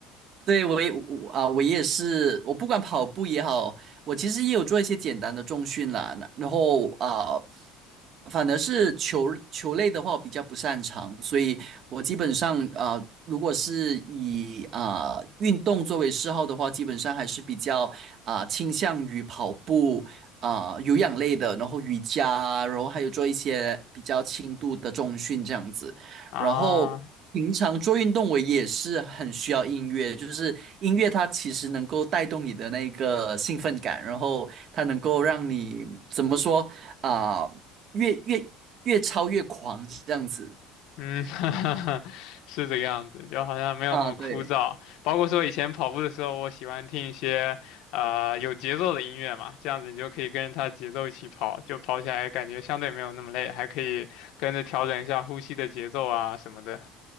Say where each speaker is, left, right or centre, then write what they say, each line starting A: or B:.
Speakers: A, on the right; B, on the left.
A: 对，我也我啊，我也是，我不管跑步也好，我其实也有做一些简单的重训啦。那然后啊，反而是球球类的话，我比较不擅长，所以我基本上啊，如果是以啊运动作为嗜好的话，基本上还是比较啊倾向于跑步啊有氧类的，然后瑜伽啊，然后还有做一些比较轻度的重训这样子。
B: 啊。
A: 然后平常做运动，我也是很需要音乐，就是音乐它其实能够带动你的那个兴奋感，然后它能够让你怎么说啊、越越越超越狂这样子
B: 嗯，<laughs> 哈哈哈，是这个样子，就好像没有那么枯燥。
A: 啊，对。
B: 包括说以前跑步的时候，我喜欢听一些呃有节奏的音乐嘛，这样子你就可以跟着它节奏一起跑，就跑起来感觉相对没有那么累，还可以跟着调整一下呼吸的节奏啊什么的。